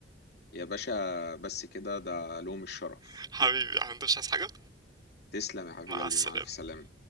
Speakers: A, on the left; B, on the right.
A: يا باشا بس كده ده لهم الشرف
B: <laughs> حبيبي يا أحمد، مش عايز حاجة
A: تسلم يا حبيب
B: مع
A: قلبي
B: السلامة
A: مع الف سلامه